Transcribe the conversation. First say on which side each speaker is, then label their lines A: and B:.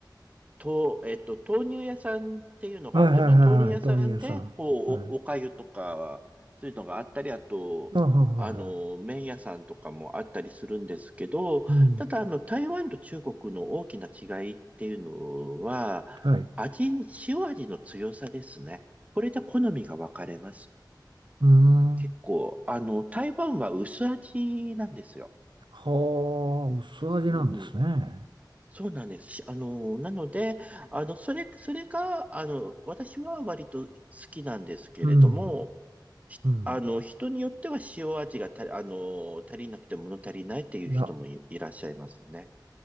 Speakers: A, on the right; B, on the right.
A: と、えっと、豆乳屋さんっていうのがあって、
B: はいはいはいはい。
A: まあ、豆乳屋さんで、
B: トニエさん。
A: こう、
B: はい。
A: お、おかゆとか、そういうのがあったり、あと、
B: あ、はいはいはい。
A: あの、麺屋さんとかもあったりするんですけど、
B: うん。
A: ただ、あの、台湾と中国の大きな違いっていうのは、
B: はい。う
A: 味、塩味の強さですね。これで好みが分かれます。
B: ーん。
A: 結構、あの、台湾は薄味なんですよ。
B: はあ、薄味なんですね。
A: うんそうなんです。しあの、なので、あの、それ、それが、あの、私は割と好きなんですけれども、
B: うん。
A: ひあの、
B: うん。
A: 人によっては塩味がた、あの、足りなくて物足りないっていう人もい、
B: いや、
A: いらっしゃいますね。